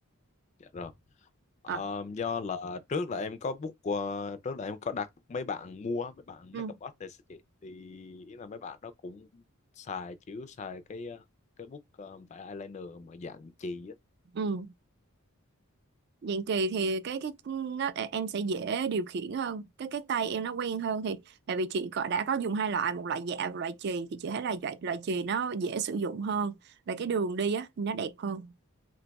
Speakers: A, on the left; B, on the right.
A: dạ rồi Ờ,
B: à,
A: do là trước là em có book qua- trước là em có đặt mấy bạn mua mấy bạn
B: ừ,
A: makeup artist á chị thì ý là mấy bạn đó cũng xài chiếu xài cái ờ, cái book ờ, vẽ eyeliner mà dạng chì á
B: ừ. dạng kỳ thì
A: Thì-
B: cái cái nó à, em sẽ dễ điều khiển hơn cái cái tay em nó quen hơn thì tại vì chị có đã có dùng hai loại một loại dạ và loại chì thì chị thấy là loại loại chì nó dễ sử dụng hơn và cái đường đi á nó đẹp hơn